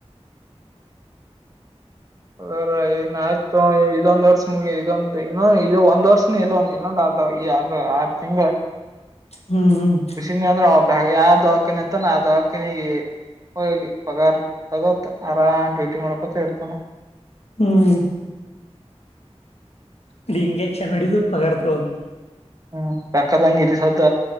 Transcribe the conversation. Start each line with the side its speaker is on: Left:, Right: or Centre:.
Right: ಅದ್ರನ್ ಆಯ್ತ ತ ಇದೊಂದ ವರ್ಷ ಮುಗಿ ಇದೊಂದು ಇನ್ನೊ ಇದು ಒಂದ್ ವರ್ಷ ಇಲ್ಲಂತ ಇನ್ನೊಂದ ಆತ ಈ ಆರ್ ಆರ್ ತಿಂಗಳು
Left: ಹ್ಮ್ ಹ್ಮ್
Right: ನ್ ಅಂದ್ರ ಯಾ ದವಾಖಾನೆ ಅಂತಾನ ಆ ದವಾಖಾನೆಗೆ ಹ ಪಗಾರ್ ತಗೋತ ಆರಾಮ ಡ್ಯೂಟಿ ಮಾಡ್ಕೊತ ಇರ್ತಾನ
Left: ಹ್ಮ್ ಇಲ್ಲಿ ಇಂಜೆಕ್ಷನ್ ಹೊಡೆದು ಪಗಾರ್ ತೊಳೋದು.
Right: ಹ್ ಬೇಕ್ಕಾದಂಗ ಇಲ್ಲಿ ಸದ್